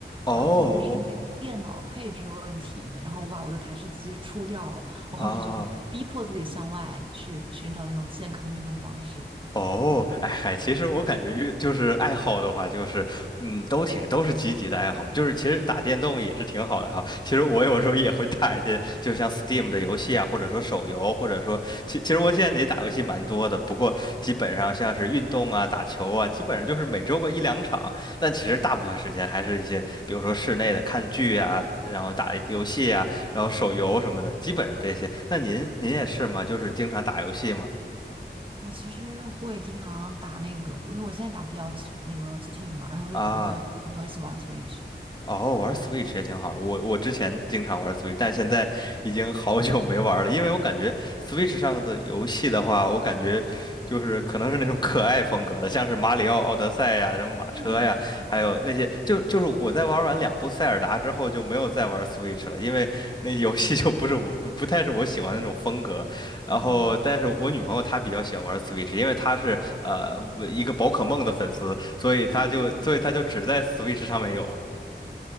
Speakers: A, on the left (about 25°); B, on the right (about 30°).
A: 哦
B: 然后后面是因为电脑配置的问题，然后我把我的台式机出掉了，我后面就是逼迫自己向外去寻找那种健康的运动方式。
A: 哦啊。哦，哎嗨，其实我感觉越就是爱好的话，就是嗯，都挺都是积极的爱好嘛。就是其实打电动也是挺好的哈。其实我有时候也会打一些，就像 Steam 的游戏啊，或者说手游，或者说其其实我现在也打游戏蛮多的，不过基本上像是运动啊、打球啊，基本上就是每周个一两场。但其实大部分时间还是一些，比如说室内的看剧啊，然后打游戏啊，然后手游什么的，基本上这些。那您您也是吗？就是经常打游戏吗？
B: 我其实会经常打那个，因为我现在打不了 S- 那个 Steam 嘛，然后我就打会跟朋友一起玩
A: 啊。
B: Switch。
A: 哦，玩 Switch 也挺好的。我我之前经常玩 Switch，但现在已经好久没玩了，因为我感觉 Switch 上的游戏的话，我感觉就是可能是那种可爱风格的，像是马里奥奥德赛呀、什么马车呀，
B: 是的，是的，
A: 还有那些，就就是我在玩完两部塞尔达之后就没有再玩 Switch 了，因为那游戏就不是我不太是我喜欢的那种风格。然后，
B: 我明
A: 但是我女朋友她比较喜欢玩 Switch，因为她是呃一个宝可梦的粉丝，所以她就所以她就只在
B: 哦，
A: Switch 上面有。